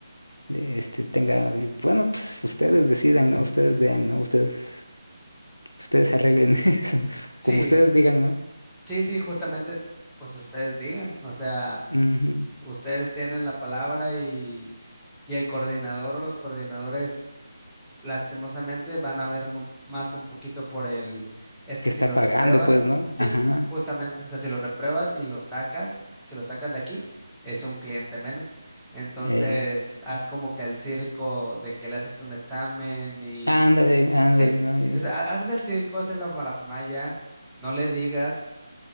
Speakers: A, on the left (about 80°); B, in the centre.
A: eh, este tenga, y bueno, pues ustedes decidan, ¿no? Ustedes vean, ¿no? Ustedes, ustedes arreglen <laughs> eso,
B: sí,
A: como ustedes digan, ¿no?
B: sí, sí, justamente es, pues ustedes digan, o sea,
A: Ujú,
B: ustedes tienen la palabra y, y el coordinador o los coordinadores lastimosamente van a ver mu- más un poquito por el, es
A: Que
B: que
A: está
B: si lo
A: pagando,
B: repruebas,
A: pues, ¿no?
B: sí,
A: Ajá,
B: justamente, o sea, si lo repruebas y lo sacas, si lo sacan de aquí, es un cliente menos. Entonces,
A: eh,
B: haz como que el circo de que le haces un examen y,
A: ándale, ándale,
B: sí,
A: ¿no?
B: sí,
A: Y
B: o sea, ha- haces el circo, haces la farafamaya. No le digas